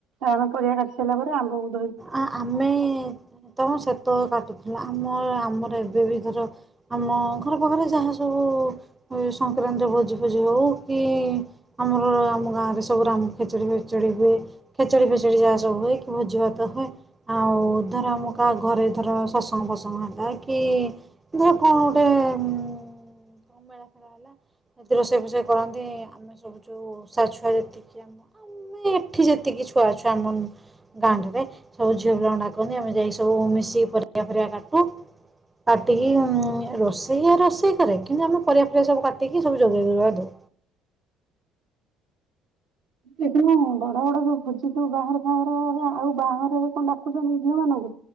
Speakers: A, on the right; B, on the right.
A: ଆମେ ପରିବା କାଟି ସାରିଲା ପରେ ଆମ ବହୁ
B: ଆ ଆମେ ତମ ସେତେବେଳ କାଟୁଥିଲ ଆମ ଆମର ଆର ଏବେ ବି ଧର ଆମ ଘର ପାଖରେ ଯାହା ସବୁ ସଂକ୍ରାନ୍ତିର ଭୋଜି ଭୋଜି ହେଉ କି ଆମର ଆମ ଗାଁରେ ସବୁ ଆମ ଖେଚୁଡ଼ି ଫେଚୁଡ଼ି ହୁଏ ଖେଚଡ଼ି ଫେଚାଡ଼ି ଯାହା ସବୁ ହୁଏ କି ଭୋଜି ଭାତ ହୁଏ। ଆଉ ଧର ଆମ କାହା ଘରେ ଧର ଶସଙ୍ଗ ଫସଙ୍ଗ ହେଲା କି ଧର କଣ ଗୋଟେ ଉ ମେଳା ଫେଳା ହେଲା ଯି ରୋଷେଇ ଫୋଷେଇ କରନ୍ତି। ଆମେ ସବୁ ଯୋଉ ସ ଛୁଆ ଯେତିକି ଆମ ଆମେ ଏଠି ଯେତିକି ଛୁଆଛୁଆ ଆମ ଗାଁ ରେ ସବୁ ଝିଅ ପିଲାଙ୍କୁ ଡାକନ୍ତି ଆମେ ଯାଇକ ସବୁ ମିଶିକି ପରିବା ପରିବା କାଟୁ କାଟିକି ରୋଷେଇ ରୋଷେଇ କରେ କିନ୍ତୁ ଆମେ ପରିବା ଫରିବା ସବୁ କାଟିକି ସବୁ ଯୋଗେଇ ଯୁଗେ ଦଉ।
A: ଦେଖିନୁ ବଡ ବଡ ଯୋଉ ଭୋଜି ସବୁ ବାହାରେ ଖାରେ ଆଉ ବାହାରେ କଣ ଡାକୁଛ ଝିଅ ମାନଙ୍କୁ